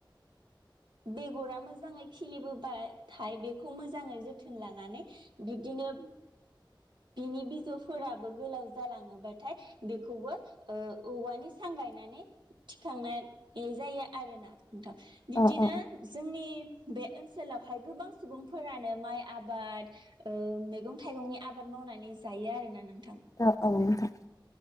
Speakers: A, on the right; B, on the left.
A: बेगरा मोजाङै खिलिबोबाथाय बेखौ मोजाङै जोथोन लानानै बिब्दिनो बिनि बिजौफोराबो गोलाव जालाङोबाथाय बेखौबो ओ औवानि सांग गायनानै थिखांनाय जायो आरोना। नोंथां बिब्दिनो
B: औ औ
A: जोंनि बे ओनसोल ओनसोलावहाय गोबां सुबुंफोरानो माइ आबाद ओ मैगं थाइगंनि आबाद मावनानै जायो आरोना नों
B: औ औ नोंथां